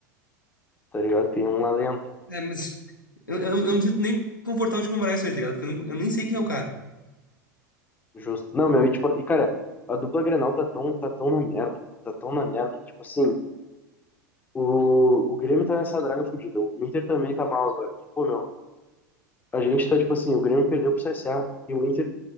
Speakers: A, on the left; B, on the left.
A: tá ligado? Tem um alento
B: É, mas. Eu, eu, eu não me sinto nem confortável de comemorar isso aí, tá ligado? Porque eu, não- eu nem sei quem é o cara.
A: justo. Não, meu, e, tipo, e cara, a dupla Grenal tá tão, tá tão na merda, tá tão na merda, que, tipo assim, o, o Grêmio tá nessa draga fodida, o Inter também tá mal agora. Que, pô, meu, a gente tá, tipo assim, o Grêmio perdeu pro CSA e o Inter